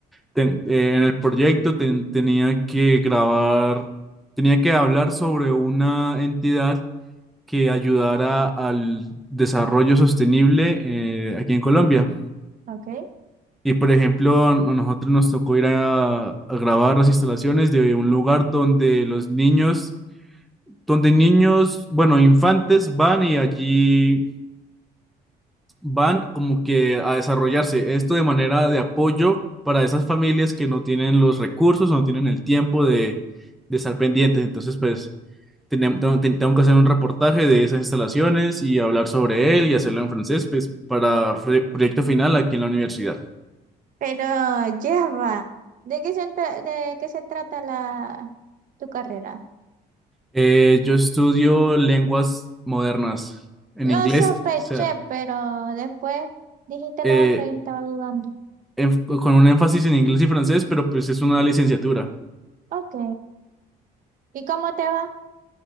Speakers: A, in the centre; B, on the right.
A: ten- eh, en el proyecto ten- tenía que grabar, tenía que hablar sobre una entidad que ayudara al desarrollo sostenible eh, aquí en Colombia.
B: Ok.
A: Y por ejemplo, a nosotros nos tocó ir a, a grabar las instalaciones de un lugar donde los niños, donde niños, bueno, infantes van y allí van como que a desarrollarse esto de manera de apoyo para esas familias que no tienen los recursos, no tienen el tiempo de, de estar pendientes. Entonces, pues, tenem- tengo, ten- tengo que hacer un reportaje de esas instalaciones y hablar sobre él y hacerlo en francés, pues, para fre- proyecto final aquí en la universidad.
B: Pero ya va. ¿De qué se, entra- de qué se trata la, tu carrera?
A: Eh, yo estudio lenguas modernas en
B: Lo
A: inglés,
B: sospeché,
A: o sea,
B: pero después dijiste
A: eh,
B: lo otro y estaba dudando.
A: enf- con un énfasis en inglés y francés, pero pues es una licenciatura.
B: Ok. ¿Y cómo te va?